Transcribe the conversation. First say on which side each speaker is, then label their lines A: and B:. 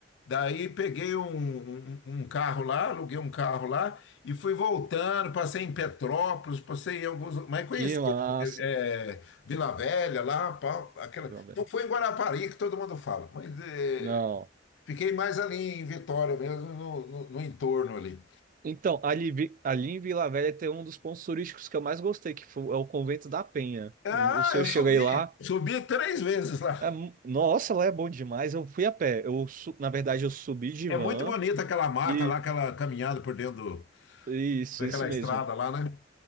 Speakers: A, on the left; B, on the right.
A: Daí peguei um, um, um um carro lá, aluguei um carro lá e fui voltando. Passei em Petrópolis, passei em alguns. Mas conheci
B: que massa.
A: eh, eh, Vila Velha lá, pá, aquela.
B: Vila Velha.
A: Não foi em Guarapari que todo mundo fala, mas eh,
B: Não.
A: fiquei mais ali em Vitória mesmo, no, no, no entorno ali.
B: Então, ali, em Vi- ali em Vila Velha tem um dos pontos turísticos que eu mais gostei, que foi, é o Convento da Penha.
A: Ah,
B: O, o senhor
A: eu
B: chegou
A: subi,
B: aí lá.
A: subi três vezes lá.
B: É mu- nossa, lá é bom demais. Eu fui a pé. Eu, su- na verdade, eu subi de
A: É
B: van
A: muito bonita aquela mata
B: e
A: lá, aquela caminhada por dentro do-
B: isso,
A: daquela
B: isso
A: estrada
B: mesmo.
A: lá, né?